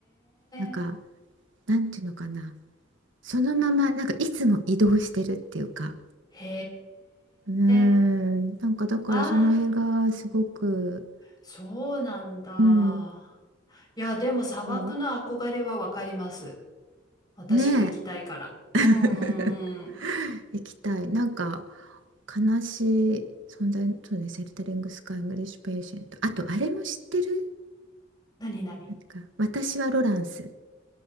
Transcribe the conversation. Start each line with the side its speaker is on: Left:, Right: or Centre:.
Right: なんか
Left: え。
Right: なんていうのかなそのままなんかいつも移動してるっていうか
Left: へ
Right: うーんなんかだからその映画すごく
Left: え。ああ、そうなんだ。
Right: うん
Left: いや、でも砂漠の憧れはわかります。
Right: そう
Left: 私も行きたいから。
Right: ねえ <laughs>
Left: うんうんうん。
Right: 行きたいなんか悲しい存在そうねセルタリングスカイイングリッシュペーシェントあとあれも知ってる
Left: 何何
Right: なんか私はロランス